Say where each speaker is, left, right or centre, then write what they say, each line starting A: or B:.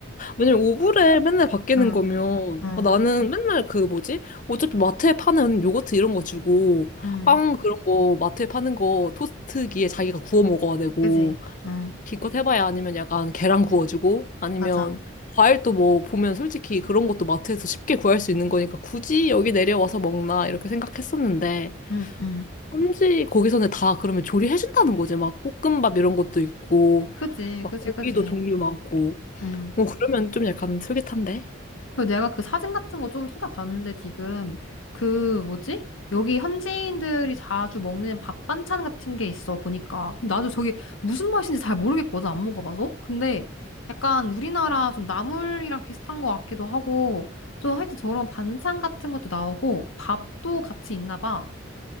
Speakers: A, on the left; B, on the left.
A: 왜냐면 오브레 맨날 바뀌는
B: 응,
A: 거면
B: 응,
A: 어, 나는 맨날 그 뭐지? 어차피 마트에 파는 요거트 이런 거 주고
B: 응.
A: 빵 그런 거 마트에 파는 거 토스트기에 자기가 구워 먹어야 되고
B: 그지? 응,
A: 기껏 해봐야 아니면 약간 계란 구워주고 아니면
B: 맞아.
A: 과일도 뭐 보면 솔직히 그런 것도 마트에서 쉽게 구할 수 있는 거니까 굳이 여기 내려와서 먹나 이렇게 생각했었는데
B: 응, 응.
A: 현지 거기서는 다 그러면 조리해준다는 거지 막 볶음밥 이런 것도 있고
B: 그지,
A: 막
B: 그지,
A: 고기도
B: 그지.
A: 종류 많고
B: 응.
A: 뭐 그러면 좀 약간 솔깃한데?
B: 그리고 내가 그 사진 같은 거 좀 찾아봤는데 지금 그 뭐지? 여기 현지인들이 자주 먹는 밥 반찬 같은 게 있어 보니까 근데 나도 저게 무슨 맛인지 잘 모르겠거든 안 먹어봐서 근데 약간 우리나라 좀 나물이랑 비슷한 것 같기도 하고 좀 하여튼 저런 반찬 같은 것도 나오고 밥도 같이 있나 봐